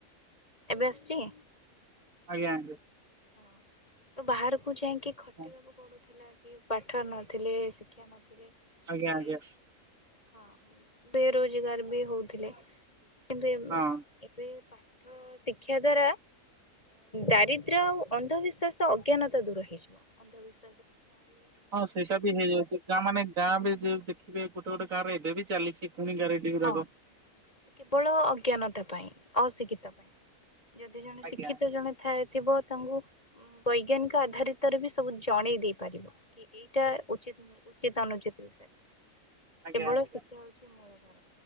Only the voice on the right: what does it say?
ଆଜ୍ଞା ଆଜ୍ଞା।
ହଁ
ଆଜ୍ଞା ଆଜ୍ଞା
ହଁ
ହଁ ସେଇଟା ବି ହେଇଯାଉଛି ଗାଁ ମାନେ ଗାଁ ବି ଯେ ଦେଖିବେ ଗୋଟେ ଗୋଟେ ଗାଁ ରେ ଏବେ ବି ଚାଲିଛି। ରେଡି ଗୁରାକ।
ଆଜ୍ଞା
ଆଜ୍ଞା
ଆଜ୍ଞା
ଆଜ୍ଞା